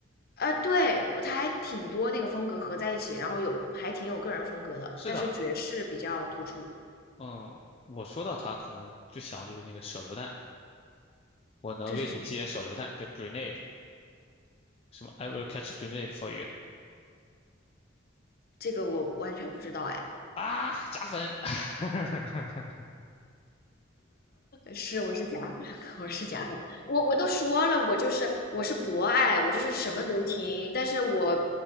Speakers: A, on the left; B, on the left.
A: 啊，对，他还挺多那个风格合在一起，然后有还挺有个人风格的，
B: 是的，
A: 但是爵士比较突出。
B: 嗯，我说到他可能就想就是那个手榴弹，我能为你接手榴弹，
A: 这是什么？
B: 叫 grenade，什么 I will catch a grenade for you
A: 这个我完全不知道哎。
B: 啊，加分。<laughs>
A: 是，我是假粉，<laughs> 我是假粉，我我都说了，我就是我是博爱，我就是什么都听，但是我